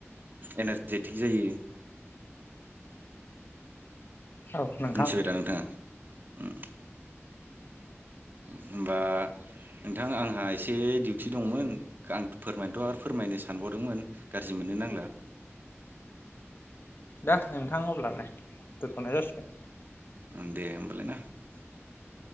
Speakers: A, on the right; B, on the left.
A: एनारजेटिक जायो।
B: औ नोंथां
A: मिथिबाय दा नोंथाङा? उम। होमबा नोंथां आंहा एसे डिउटि दंमोन आं फोरमायनोथ' आरो फोरमायनो सानबावदोंमोन गारजि मोननो नांला।
B: दे नोंथां अब्लालाय दोन्थ'नाय जासिगोन।
A: अ दे <inaudible>